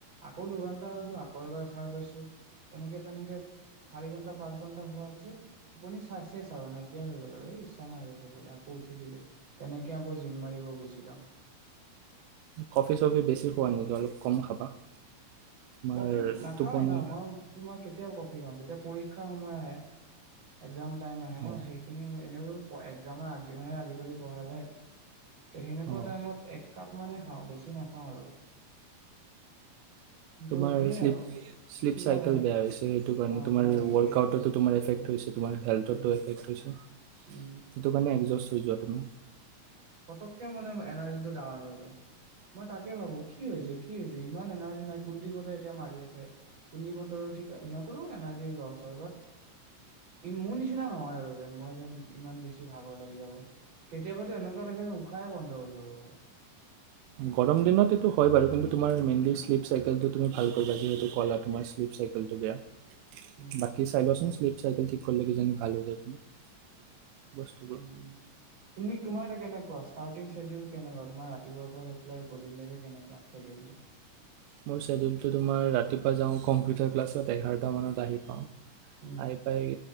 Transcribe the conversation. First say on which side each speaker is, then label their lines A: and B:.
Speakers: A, on the right; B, on the right.
A: আকৌ দুঘণ্টা শুইছো আকৌ এবাৰ সাৰ পাইছো। তেনেকে-তেনেকে চাৰি ঘন্টা, পাঁচ ঘন্টা শুৱা পিছত টোপনি চেচ আৰু নাইকিয়া হৈ গল আৰু এই ইচ্ছা নাই আৰু শুবলে। আকৌ উঠি দিলো তেনেকে আকৌ জিম মাৰিব গুচি যাওঁ।
B: কফি-চফি বেছি খোৱা নেকি? অলপ কম খাবা। তোমাৰ
A: কফি নাখাও
B: টোপনি
A: এ না মই তোমাৰ কেতিয়াও কফি। যেতিয়া পৰীক্ষাৰ সময় আহে এগজাম টাইম আহে ন?
B: অঁ
A: সেইখিনিও এনেও অ এগজামৰ আগদিনাহে আজিকালি পঢ়া যায়। ত সেনেকুৱা
B: অঁ
A: টাইমত এক কাপ ইমানে খাওঁ বেছি নাখাওঁ আৰু। কিন্তু
B: তোমাৰ
A: সেই
B: শ্লীপ-শ্লীপ
A: আৰু কিবা
B: চাইকেল
A: হয়
B: বেয়া হৈছে। সেইটো কাৰণে
A: অ
B: তোমাৰ
A: বেয়া
B: ৱৰ্কআউটতো
A: হৈছে সেইটোৱে
B: তোমাৰ এফেক্ট
A: উম
B: হৈছে তোমাৰ হেলথতটো
A: উম
B: এফেক্ট হৈছে। ইটো
A: উম
B: কাৰণে জাষ্ট শুই যোৱা তুমি।
A: পটককে মানে মোৰ এনাৰ্জিটো ডাউন হৈ যায়। মই তাকে ভাবো কি হৈছে, কি হৈছে? ইমান এনাৰ্জি নাই কুলদীপহতে এতিয়া মাৰি আছে। কুলদীপহঁতৰো ঠিক সিহঁতৰো এনাৰ্জি লছ হয় বাট মোৰ নিচিনা নহয় আৰু যেন মই যেন ইমান বেছি ভাগৰ লাগি যাব কেতিয়াবাটো লাগে যে উশাহে বন্ধ হৈ যাব ভাই
B: গৰম দিনত এইটো হয় বাৰু, কিন্তু তোমাৰ মেইনলি
A: উম
B: শ্লীপ চাইকেলটো তুমি ভাল কৰিবা যিহেতু কলা তোমাৰ শ্লীপ চাইকেলটো বেয়া।
A: উম
B: বাকী চাই আহিবাচোন। শ্লীপ চাইকেল ঠিক কৰিলে কিজানি ভাল হৈ যায় তোমাৰ। বস্তুবোৰ
A: উম উম তুমি তোমাৰ এ কেনেকুৱা ষ্টাৰ্টিং চ্বেডিউল কেনেকুৱা তোমাৰ ৰাতিপুৱাৰ পৰা লৈ পেলাই গধূলিলৈকে কেনেকুৱা চছেডিউলটো
B: তোমাৰ ৰাতিপা যাওঁ কম্পিউটাৰ ক্লাচট এঘাঁৰ দু মানত আহি পাওঁ
A: উম
B: আহি পাই